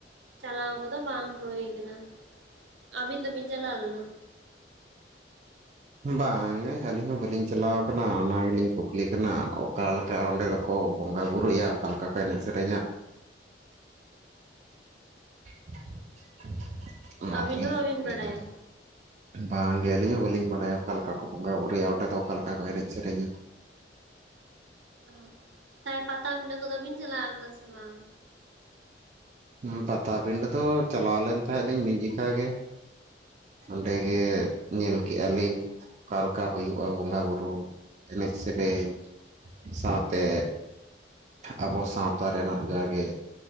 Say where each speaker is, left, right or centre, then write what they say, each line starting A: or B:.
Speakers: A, on the right; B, on the right.
A: ᱪᱟᱞᱟᱣ ᱠᱚᱫᱚ ᱵᱟᱝ ᱦᱩᱭ ᱠᱟᱱᱟ᱾ᱟᱹᱵᱤᱱ ᱫᱚᱵᱤᱱ ᱪᱟᱞᱟᱣ ᱞᱮᱱᱟ?
B: ᱵᱟᱝ ᱜᱮ ᱟᱹᱞᱤᱧ ᱦᱚᱸ ᱵᱟᱹᱞᱤᱧ ᱪᱟᱞᱟᱣ ᱠᱟᱱᱟ ᱚᱱᱟ ᱜᱮᱞᱤᱧ ᱠᱩᱠᱞᱤ ᱠᱟᱱᱟ ᱚᱠᱟᱞᱮᱠᱟ ᱚᱸᱰᱮ ᱫᱚᱠᱚ ᱵᱚᱸᱜᱟ ᱵᱩᱨᱩᱭᱟ ᱚᱠᱟ ᱞᱮᱠᱟ ᱠᱚ ᱮᱱᱮᱡ ᱥᱮᱨᱮᱧᱟ? <unintelligible>
A: ᱟᱹᱵᱤᱱ ᱦᱚᱸ ᱵᱟᱹᱵᱤᱱ
B: ᱠᱩᱠᱞᱤ
A: ᱵᱟᱰᱟᱭᱟ?
B: ᱠᱟᱱ ᱵᱟᱝᱜᱮ ᱟᱹᱞᱤᱧ ᱦᱚᱸ ᱵᱟᱹᱞᱤᱧ ᱵᱟᱰᱟᱭᱟ᱾ᱚᱠᱟ ᱞᱮᱠᱟ ᱠᱚ ᱵᱚᱸᱜᱟ ᱵᱩᱨᱩᱭᱟ ᱚᱸᱰᱮ ᱫᱚ ᱚᱠᱟ ᱞᱮᱠᱟ ᱠᱚ ᱮᱱᱮᱡ ᱥᱮᱨᱮᱧᱟ᱾
A: ᱚ ᱛᱷᱟᱞᱮ ᱯᱟᱛᱟᱵᱤᱰᱟᱹ ᱠᱚᱫᱚ ᱵᱤᱱ ᱪᱟᱞᱟᱣ ᱠᱟᱱᱟ ᱥᱮ ᱵᱟᱝ?
B: ᱦᱩᱢ ᱯᱟᱛᱟᱵᱤᱱᱰᱟᱹ ᱫᱚ ᱪᱟᱞᱟᱣ ᱞᱮᱱ ᱛᱟᱦᱮᱸᱜ ᱞᱤᱧ ᱢᱤᱫ ᱡᱩᱠᱷᱟ ᱜᱮ᱾ ᱚᱸᱰᱮ ᱜᱮ ᱧᱮᱞ ᱠᱮᱜ-ᱟ ᱞᱤᱧ᱾ ᱚᱠᱟ ᱞᱮᱠᱟ ᱦᱚᱭᱩᱜ-ᱟ ᱵᱚᱸᱜᱟ ᱵᱩᱨᱩ ᱮᱱᱮᱡ ᱥᱮᱨᱮᱧ, ᱥᱟᱶᱛᱮ ᱟᱵᱚ ᱥᱟᱶᱛᱟ ᱨᱮᱱᱟᱜ ᱡᱟᱸᱜᱮ,